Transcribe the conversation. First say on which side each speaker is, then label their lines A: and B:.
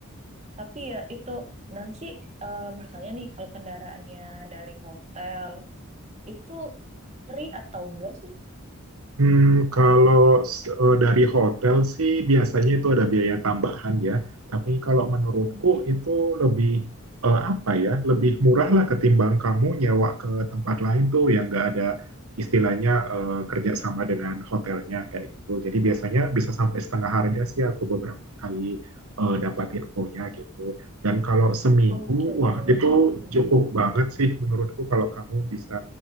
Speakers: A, on the right; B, on the right.
A: Tapi ya itu nanti em, misalnya nih kalau kendaraannya dari hotel itu free atau enggak sih?
B: Hmm, kalau eh, dari hotel sih biasanya itu ada biaya tambahan ya. Tapi kalau menurutku
A: Mm-mm.
B: itu lebih eh, apa ya, lebih murah lah ketimbang kamu nyewa ke tempat lain tuh yang nggak ada istilahnya eh, kerjasama dengan hotelnya kayak gitu. Jadi biasanya bisa sampai setengah harga sih aku beberapa kali eh, dapat infonya gitu. Dan kalau seminggu,
A: Oke, oke.
B: wah itu
A: Mm-mm.
B: cukup banget sih menurutku kalau kamu bisa